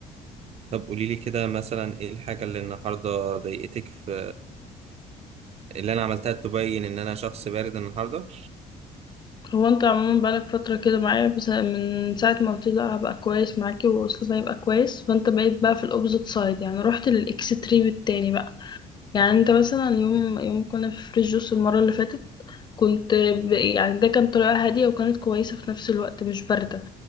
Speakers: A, on the right; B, on the left.
A: طب قولي لي كده مثلا ايه الحاجة اللي النهاردة ضايقتك في اللي انا عملتها تبين ان انا شخص بارد النهاردة
B: هو انت عموما بقالك فترة كده معايا بس من ساعة ما قلت لي لا هبقى كويس معاكي واسلوبي هيبقى كويس فانت بقيت بقى في الاوبزيت سايد يعني رحت للاكستريم التاني بقى يعني انت مثلا يوم يوم كنا في فريش جوس المرة اللي فاتت كنت ب... يعني ده كان طريقة هادية وكانت كويسة في نفس الوقت مش باردة